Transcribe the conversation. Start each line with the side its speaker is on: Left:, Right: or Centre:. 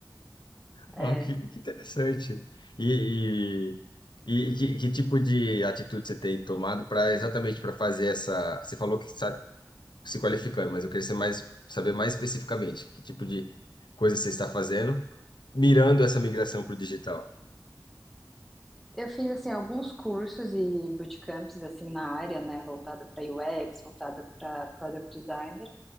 Centre: É.
Left: ó que, que interessante. E, e, e que, que tipo de atitude você tem tomado para exatamente para fazer essa? Você falou que está se qualificando, mas eu queria ser mais, saber mais especificamente que tipo de coisa você está fazendo, mirando essa migração para o digital.
Centre: Eu fiz assim alguns cursos e bootcamps assim na área, né, voltada para UX, voltada para product designer,